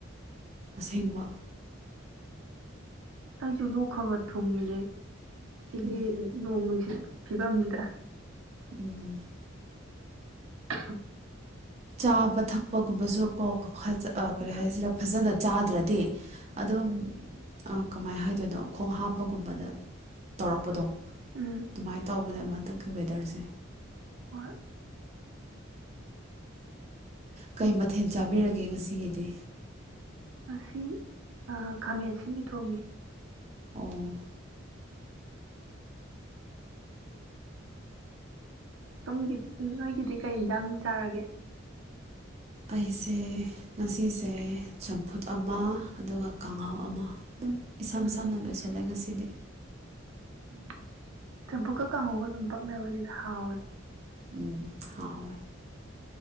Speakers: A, on the right; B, on the right.
A: ꯑꯁꯦꯡꯕ
B: ꯑꯩꯁꯨ ꯅꯣꯛꯈꯔꯒꯛ ꯊꯨꯡꯉꯤꯅꯦ ꯁꯤꯒꯤ
A: ꯎꯝ
B: ꯅꯣꯡ ꯅꯨꯡꯁꯤꯠ ꯐꯤꯕꯝꯁꯤꯗ
A: ꯎꯝ
B: <unintelligible>
A: ꯆꯥꯕ ꯊꯛꯄꯒꯨꯝꯕꯁꯨ ꯀꯣ ꯀꯔꯤ ꯍꯥꯏꯁꯤꯔ ꯐꯖꯅ ꯆꯥꯗ꯭ꯔꯗꯤ ꯑꯗꯨꯝ ꯑꯥ ꯀꯃꯥꯏꯅ ꯍꯥꯏꯗꯣꯏꯅꯣ ꯈꯣꯡ ꯍꯥꯝꯕꯒꯨꯝꯕꯗ ꯇꯧꯔꯛꯄꯗꯣ
B: ꯎꯝ
A: ꯑꯗꯨꯃꯥꯏꯅ ꯇꯧꯕꯅꯦꯕ ꯍꯟꯗꯛꯀꯤ ꯋꯦꯗꯔꯁꯦ
B: ꯍꯣꯏ
A: ꯀꯩ ꯃꯊꯦꯜ ꯆꯥꯕꯤꯔꯒꯦ ꯉꯁꯤꯒꯤꯗꯤ꯫
B: ꯉꯁꯤ ꯈꯥꯃꯦꯟ ꯁꯤꯟꯕꯤ ꯊꯣꯡꯉꯦ꯫
A: ꯑꯣ
B: ꯁꯣꯝꯒꯤ ꯅꯣꯏꯒꯤꯗꯤ ꯀꯩ ꯌꯦꯟꯖꯥꯡ ꯆꯥꯔꯒꯦ꯫
A: ꯑꯩꯁꯦ ꯉꯁꯤꯁꯦ ꯆꯝꯐꯨꯠ ꯑꯃ ꯑꯗꯨꯒ ꯀꯥꯡꯍꯥꯎ ꯑꯃ ꯑꯗꯨꯝ ꯏꯁꯝ
B: ꯎꯝ
A: ꯁꯝꯅ ꯂꯣꯏꯁꯤꯜꯂꯦ ꯉꯁꯤꯗꯤ
B: ꯎꯝ ꯆꯝꯐꯨꯀ ꯀꯥꯡꯉꯧꯒ ꯑꯗꯨꯝ ꯄꯛꯅꯕꯅꯤꯗ ꯍꯥꯎꯒꯅꯤ
A: ꯎꯝ ꯍꯥꯎꯣꯏ